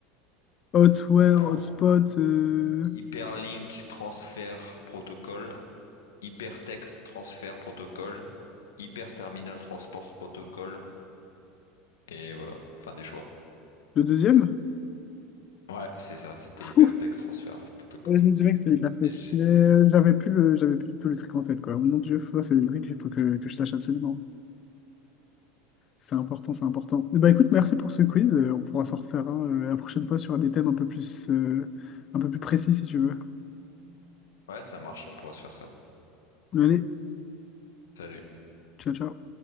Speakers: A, on the left; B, on the left.
A: Hotware,
B: Alors,
A: hotspot, euh,
B: Hyperlink Transfer Protocol, Hypertext Transfer Protocol, Hyperterminal Transport Protocol, et voilà, fin des choix.
A: le deuxième?
B: Ouais, c'est ça, c'était hypertexte
A: Pouf.
B: transfert, poteau, quoi.
A: Ouais, je me disais bien que c'était hyper texte.
B: SG.
A: Mais j'avais plus le, j'avais plus du tout le truc en tête, quoi. Mon Dieu, ça, c'est des trucs qu'il faut que, que je sache absolument. C'est important, c'est important. Eh ben, écoute, merci pour ce quiz. Euh, On pourra s'en refaire un euh, la prochaine fois sur des thèmes un peu plus, euh, un peu plus précis, si tu veux.
B: Ouais, ça marche, on pourra se faire ça.
A: Allez,
B: Salut.
A: ciao, ciao.